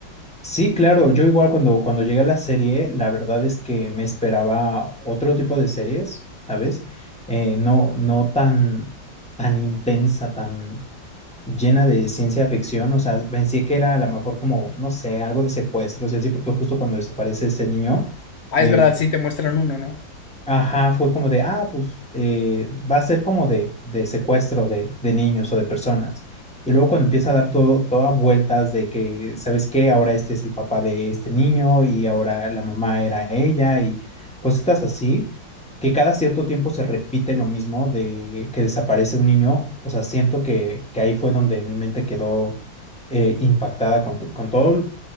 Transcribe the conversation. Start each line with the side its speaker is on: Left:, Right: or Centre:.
Centre: Sí, claro, yo igual cuando, cuando llegué a la serie, la verdad es que me esperaba otro tipo de series, ¿sabes? Eh, no, no tan, tan intensa, tan llena de ciencia ficción, o sea, pensé que era a lo mejor como, no sé, algo de secuestros y así, porque justo cuando desaparece ese niño,
Left: Ah,
Centre: eh,
Left: es verdad, sí te muestran uno, ¿no?
Centre: Ajá, fue como de, ah, pues eh, va a ser como de, de secuestro de, de niños o de personas. Y luego cuando empieza a dar todo, todas vueltas de que, ¿sabes qué? Ahora este es el papá de este niño y ahora la mamá era ella y cositas así, que cada cierto tiempo se repite lo mismo de que desaparece un niño. O sea, siento que, que ahí fue donde mi mente quedó eh, impactada con, to- con todo,